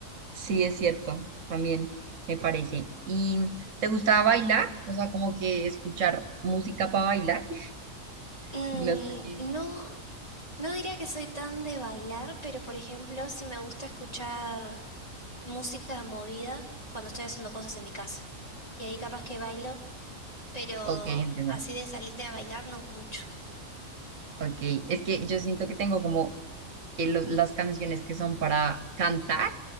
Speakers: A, on the right; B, on the left.
A: sí, es cierto, también me parece. ¿Y te gusta bailar? O sea, como que escuchar música para bailar. <laughs>
B: Mm,
A: No sé si...
B: no, no diría que soy tan de bailar, pero por ejemplo, si me gusta escuchar... música movida cuando estoy haciendo cosas en mi casa. Y ahí capaz que bailo, pero
A: Ok, entiendo.
B: así de salirte a bailar no mucho.
A: Ok, es que yo siento que tengo como eh, los- las canciones que son para cantar,